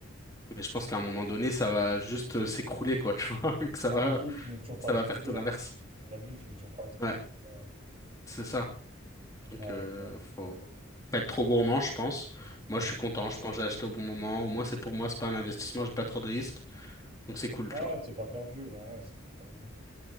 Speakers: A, on the left; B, on the right.
A: Mais je pense qu'à un moment donné, ça va juste euh, s'écrouler, quoi, tu vois, <laughs> et que ça
B: Ah,
A: va,
B: la bulle finit toujours par
A: ça
B: exploser,
A: va faire tout l'inverse.
B: hein. La bulle finit toujours par exploser.
A: Ouais,
B: ça.
A: c'est ça. Donc,
B: Ouais,
A: euh,
B: je vois.
A: faut
B: Ouais,
A: pas être trop gourmand, je pense. Moi,
B: Mm.
A: je suis content. Je pense que j'ai acheté au bon moment. Au moins, c'est pour moi, c'est pas un investissement, j'ai pas trop de risques. Donc, c'est cool,
B: Ouais,
A: tu vois.
B: c'est pas perdu, ouais, ouais, c'est pas perdu.